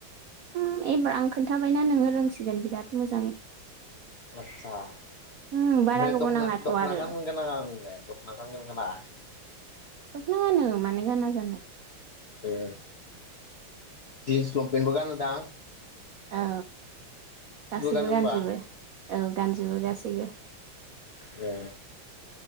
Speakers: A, on the right; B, on the left.
A: उ एबार आं खोनथाबायना नोङो रोंसिगोन बिराद मोजाङै
B: आतसा ओमफ्राय
A: उम बारा गोबाव
B: दख'ना
A: नाङाथ'
B: दख'ना
A: आरो
B: गानगोन गाना नोंलाय दख'ना गानगोन गाना
A: दख'ना गानो मानो गाना जानो
B: ए जिन्स लंपेनबो गानो दां
A: औ गासिबो
B: गानो होमबा
A: गानजोबो औ गानजोबो गासैबो
B: ए